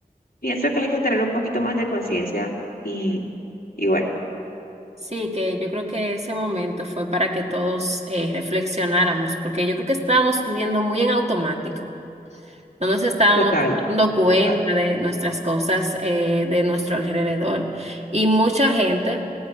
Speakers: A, on the left; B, on the right.
A: pienso que hay que tener un poquito más de conciencia y, y bueno,
B: Sí, que yo creo que ese momento fue para que todos eh, reflexionáramos, porque yo creo que estábamos viviendo muy en automático. No nos estábamos
A: total,
B: dando cuenta
A: total.
B: de nuestras cosas, eh, de nuestro alrededor. Y mucha gente,